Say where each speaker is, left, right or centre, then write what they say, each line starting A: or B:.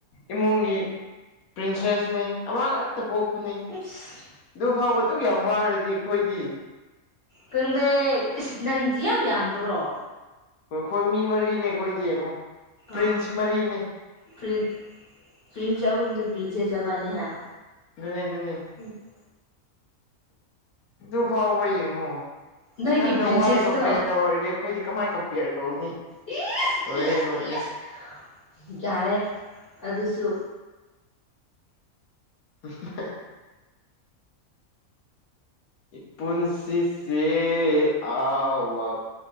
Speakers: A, on the left (about 80°); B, on the left (about 45°).
A: ꯏꯃꯨꯡꯒꯤ ꯄ꯭ꯔꯤꯟꯁꯦꯁꯅꯤ ꯑꯃ ꯉꯛꯇ ꯄꯣꯛꯄꯅꯦ
B: ꯎꯁ
A: ꯑꯗꯨ ꯐꯥꯎꯕꯗꯨ ꯌꯥꯝ ꯋꯥꯔꯗꯤ ꯑꯩꯈꯣꯏꯗꯤ
B: ꯈꯪꯗꯦ ꯏꯁ ꯅꯪꯗꯤ ꯌꯥꯝ ꯌꯥꯝꯕ꯭ꯔꯣ
A: ꯍꯣꯏ ꯑꯩꯈꯣꯏ ꯃꯤ ꯃꯔꯤꯅꯦ ꯀꯣꯏꯗꯤ ꯌꯦꯡꯉꯣ ꯄ꯭ꯔꯤꯟꯁ
B: ꯑꯥ
A: ꯃꯔꯤꯅꯦ
B: ꯄ꯭ꯔꯤ ꯄ꯭ꯔꯤꯟꯁ ꯍꯨꯝꯅ ꯄ꯭ꯔꯤꯟꯁꯦꯁ ꯃꯅꯤ ꯍꯥꯏ
A: ꯗꯨꯅꯤ ꯗꯨꯅꯤ
B: <unintelligible>
A: ꯑꯗꯨ ꯐꯥꯎꯕ ꯌꯦꯡꯉꯣ
B: ꯅꯣꯏꯒꯤ
A: ꯅꯪꯅ
B: ꯄ꯭ꯔꯤꯟꯁꯦꯁꯇꯣ
A: ꯋꯥꯏꯑꯦ ꯀꯝꯄ꯭ꯂꯦꯟ ꯇꯧꯔꯗꯤ ꯑꯩꯈꯣꯏꯗꯤ ꯀꯃꯥꯏ ꯀꯝꯄꯌꯔ ꯇꯧꯅꯤ
B: ꯏꯁ
A: ꯂꯣꯏꯔꯦ
B: ꯏꯁ
A: ꯂꯣꯏꯔꯦ
B: ꯏꯁ ꯌꯥꯔꯦ ꯑꯗꯨꯁꯨ
A: <unintelligible> ꯏ ꯄꯨꯨꯟꯁꯤꯁꯦ ꯑꯋꯥ